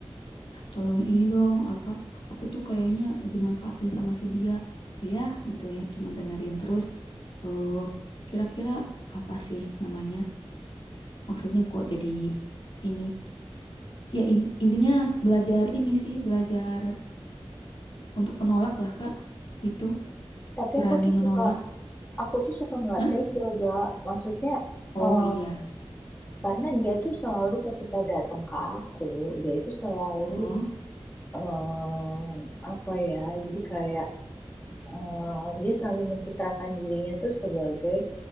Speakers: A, on the left; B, on the left.
A: tolongin ini dong apa aku tuh kayaknya dimanfaatin sama si dia ya gitu ya cuman dengerin terus eh kira-kira apa sih namanya maksudnya kok jadi ini ya in- intinya belajar ini sih belajar untuk menolak lah Kak gitu
B: Tapi
A: berani
B: aku tuh
A: menolak
B: suka, aku tuh suka nggak
A: Hah?
B: tega, gak? Maksudnya
A: oh
B: eh,
A: iya
B: Karena dia tuh selalu ketika datang ke aku, dia itu selalu
A: Heeh.
B: em, apa ya, jadi kayak eh, dia selalu mencitrakan dirinya tuh sebagai